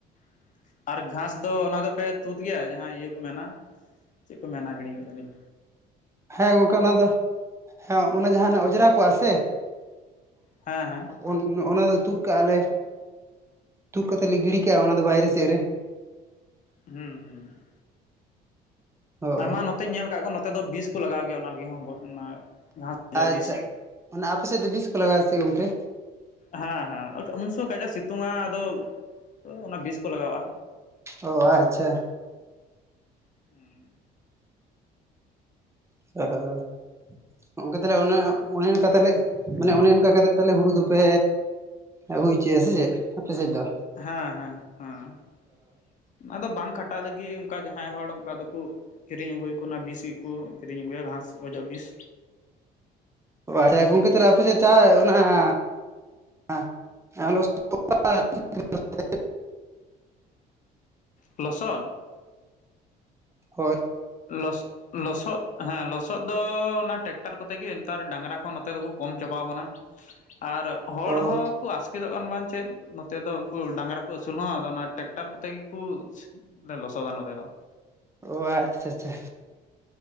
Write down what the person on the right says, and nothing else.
ᱦᱮᱸ ᱜᱚᱝᱠᱮ ᱚᱱᱟ ᱫᱚ ᱦᱮᱸ ᱚᱱᱟ ᱡᱟᱦᱟᱱᱟᱜ ᱚᱸᱡᱽᱨᱟ ᱠᱚᱜᱼᱟ ᱥᱮ
ᱚᱱ ᱚᱱᱟ ᱫᱚ ᱛᱩᱫ ᱠᱟᱜᱼᱟ ᱞᱮ ᱛᱩᱫ ᱠᱟᱛᱮ ᱞᱮ ᱜᱤᱰᱤ ᱠᱟᱜᱼᱟ
ᱚᱱᱟ ᱫᱚ ᱵᱟᱭᱨᱮ ᱥᱮᱫ ᱨᱮ,
ᱦᱳᱭ
ᱟᱪᱪᱷᱟ
ᱚᱱᱟ ᱟᱯᱮ ᱥᱮᱫ ᱫᱚ ᱵᱤᱥ ᱠᱚ ᱞᱟᱜᱟᱣᱟ ᱪᱮ ᱜᱚᱝᱠᱮ?
ᱚ ᱟᱪᱪᱷᱟ᱾
<unintelligible> ᱜᱚᱝᱠᱮ ᱛᱟᱞᱮ ᱚᱱᱮ ᱚᱱᱮ ᱚᱱᱠᱟ ᱛᱟᱞᱮ ᱢᱟᱱᱮ ᱚᱱᱮ ᱚᱱᱠᱟ ᱠᱟᱛᱮᱜ ᱛᱟᱦᱚᱞᱮ ᱦᱩᱲᱩ ᱫᱚᱯᱮ ᱟᱹᱜᱩ ᱚᱪᱚᱭᱟ ᱥᱮ ᱪᱮᱫ ᱟᱯᱮ ᱥᱮᱫ ᱫᱚ?
ᱚ ᱟᱪᱪᱷᱟ ᱜᱚᱝᱠᱮ
ᱛᱟᱦᱚᱞᱮ ᱟᱯᱮᱥᱮᱫ ᱪᱟᱭ ᱚᱱᱟᱻᱱᱟ <unintelligible> <unintelligible>
ᱦᱳᱭ!
ᱚ
ᱚ ᱟᱪᱪᱷᱟ ᱟᱪᱪᱷᱟ᱾